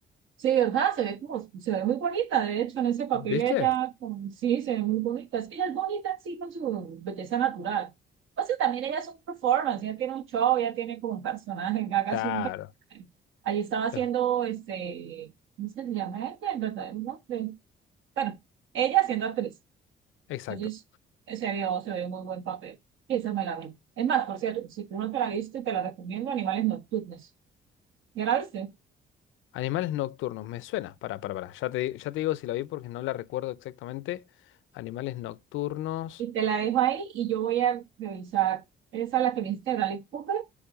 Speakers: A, on the right; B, on the left.
A: Sí, ¿verdad? Se ve como, se ve muy bonita, de hecho, en ese papel
B: ¿Viste?
A: ella, como, sí, se ve muy bonita. Es que ella es bonita sí con su belleza natural. Entonces también ella es un performance, ella tiene un show, ella tiene como un personaje, Gaga
B: Claro,
A: es un personaje. Ahí estaba haciendo,
B: eh,
A: este, ¿cómo se le llama ella? El verdadero nombre. Bueno, ella siendo actriz.
B: exacto.
A: Entonces, se vio, se vio muy buen papel. Y esa me la vi. Es más, por cierto, si tú no te la viste, te la recomiendo, Animales Nocturnos. ¿Ya la viste?
B: Animales nocturnos, me suena, para, para, para, ya te, ya te digo si la vi porque no la recuerdo exactamente. Animales nocturnos,
A: y te la dejo ahí y yo voy a revisar esa la que me hiciste Bradley Cooper,